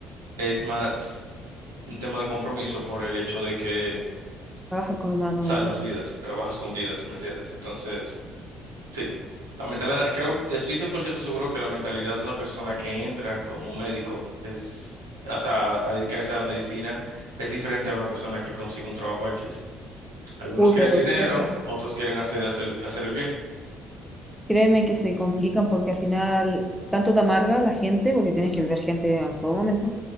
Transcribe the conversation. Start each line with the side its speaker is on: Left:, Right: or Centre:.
Right: es más un tema de compromiso por el hecho de que
Centre: trabajar con humanos
Right: salvas
Centre: en sí.
Right: vidas, trabajas con vidas, ¿me entiendes? Entonces, sí, la mentalidad, creo, te estoy 100% seguro que la mentalidad de una persona que entra como médico es, o sea, a dedicarse a la medicina es diferente a una persona que consigue un trabajo X. Algunos
Centre: Uy,
Right: quieren
Centre: pero
Right: dinero,
Centre: créeme,
Right: otros quieren hacer, hacer, hacer el bien.
Centre: créeme que se complican porque al final tanto te amarga la gente, porque tienes que ver gente a todo momento,